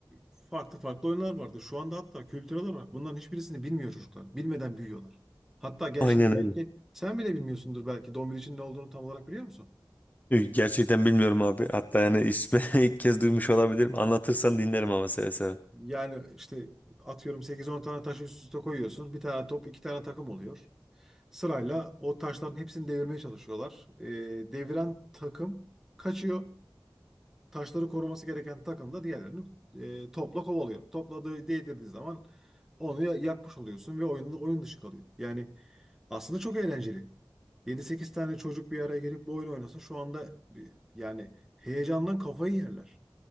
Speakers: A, in the centre; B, on the left.
A: farklı farklı oyunlar vardı. Şu anda hatta kültürel olarak bunların hiçbirisini bilmiyor çocuklar. Bilmeden büyüyorlar. Hatta gençlik
B: Aynen
A: belki
B: öyle.
A: sen bile bilmiyorsundur belki dombiliçin ne olduğunu tam olarak biliyor musun?
B: Gerçekten bilmiyorum abi. Hatta yani ismi <laughs> ilk kez duymuş olabilirim. Anlatırsan dinlerim ama seve seve.
A: Yani işte atıyorum sekiz on tane taşı üst üste koyuyorsun. Bir tane top, iki tane takım oluyor. Sırayla o taşların hepsini devirmeye çalışıyorlar. Ee, deviren takım kaçıyor. Taşları koruması gereken takım da diğerlerini e, topla kovalıyor. Topladığı değdirdiği zaman onu ya- yakmış oluyorsun ve oyun, oyun dışı kalıyor. Yani aslında çok eğlenceli. Yedi sekiz tane çocuk bir araya gelip bu oyunu oynasa şu anda bir, yani heyecandan kafayı yerler.